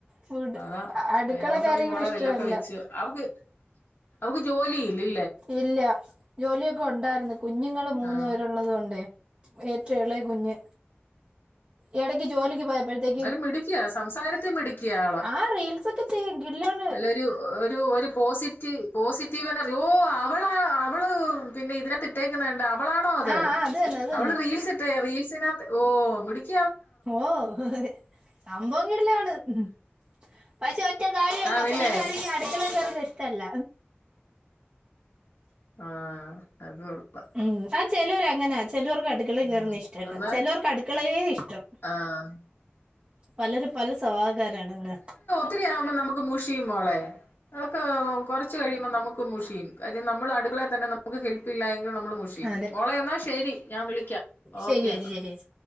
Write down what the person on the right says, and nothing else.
ഫുഡ്
അടുക്കള
കാര്യങ്ങൾ
ഇഷ്ടമല്ല
ഇല്ല ജോലിയൊക്കൊണ്ടായിരുന്നു കുഞ്ഞുങ്ങള് മൂന്നു
പേരുള്ളത് കൊണ്ടേ ഏറ്റോം എളയ കുഞ്ഞ് ഇടക്ക് ജോലിക്ക് പോയപ്പോഴത്തേക്കും
ആ റീൽസൊക്കെ ചെയ്യും കിടിലവാണ്
ആ ആ തന്നെ അത്
തന്നെ
ഓഹ് സംഭവം കിടിലവാണ് ഉം പക്ഷെ ഒറ്റ കാര്യവുള്ളൂ
പുള്ളിക്കാരിക്ക് അടുക്കളേ കേരുന്നെ ഇഷ്ട്ടവല്ല.
ഉം ആ ചെലോര് അങ്ങനാ ചെലോർക്ക് അട് അടുക്കളേ കേറുന്നെ
ഇഷ്ട്ടമല്ല
ചെലോർക്ക് അടുക്കളേ ഇഷ്ട്ടം
പലരും പല സ്വവാവക്കാരാണല്ലേ.
അതെ
ശരി
ചേച്ചി
ശരി ചേച്ചി